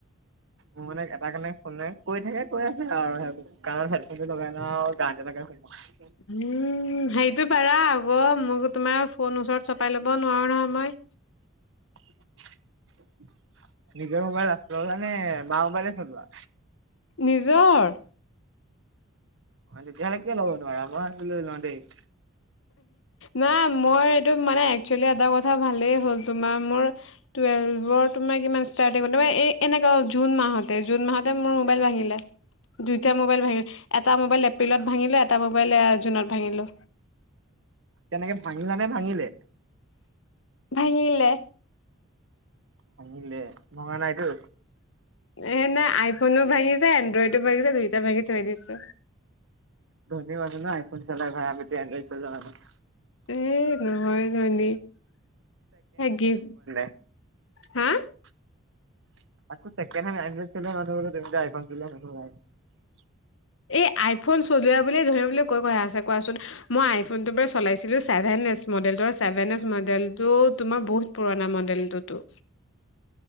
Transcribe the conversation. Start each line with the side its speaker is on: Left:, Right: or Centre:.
Right: মোৰ মানে এটা কাৰণে ফোন নাই কৈ থাকে কৈ আছে আৰু ই কাৰণ হেডফোনটো লগাই লও গান এটা লৈ শুনি থাকো
Left: উম হেড- তো পাৰাও ৱ মোক তোমাৰ ফোন ওচৰত চপাই ল'ব নোৱাৰো নহয় মই
Right: <unintelligible> নিজে সোমাই ৰা- ললা মানে মওম বাৰে চলোৱা।
Left: নিজৰ
Right: যেতিয়া লৈকে ল'ব নোৱাৰা মই আছিলো নহয় দেই -
Left: নাই মই এইটো মানে একচোৱেলি এটা কথা ভালেই হল তোমাৰ মোৰ টোয়েভৰ ৰ্টাৰটিঙত এনে জুন মাহতে জুন মাহতে মোৰ মোবাইল ভাঙিলে, দুইটা মোবাইল ভঙি এটা মোবাইল এপ্ৰিলত ভাঙিলো, এটা মোবাইল জুনত ভাঙিলো।
Right: তেনেকে ভাঙিলা নে ভাঙিলে।
Left: ভাঙিলে।
Right: ভাঙিলে। ভঙা নাইটো।
Left: এ নাই আইফোনো ভাঙিছে, এড্ৰইডো ভাঙিছে দুইটা ভাঙি থৈ দিছে।
Right: ধনী মানুহ ন আইফোন চলাই ভাই আমিটো এড্ৰইড চলোৱা মানুহ।
Left: এ নহয় ধনী গিফ্ট
Right: <unintelligible>
Left: হা
Right: <unintelligible>
Left: এ আই- ফোন চলুৱা বুলিয়ে ধৰিবলৈ বুলি কৈ আছে কোৱাচোন মই আইফোন চলাইছিলো চেভেন মডেলৰ মডেলটো তোমাৰ বহুত পুৰণা মডেলটোতো